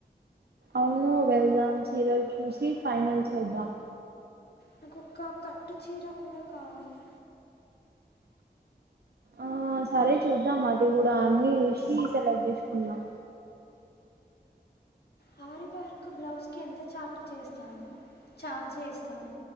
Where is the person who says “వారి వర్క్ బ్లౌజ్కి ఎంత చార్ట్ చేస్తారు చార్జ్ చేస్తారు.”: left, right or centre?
Left